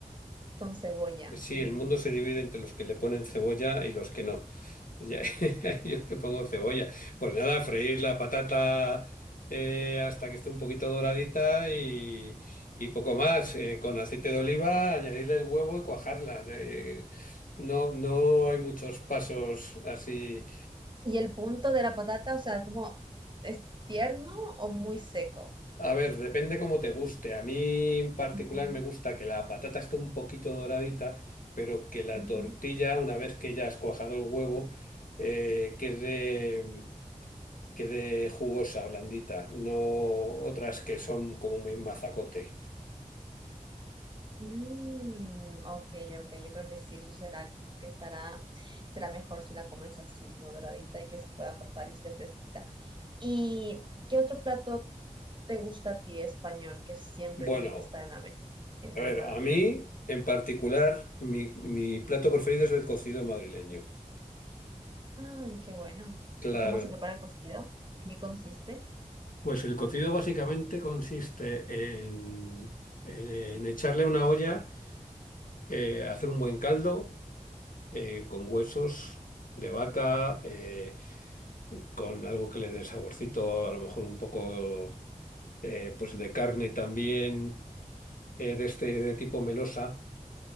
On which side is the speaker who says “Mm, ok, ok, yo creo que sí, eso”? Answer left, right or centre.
Right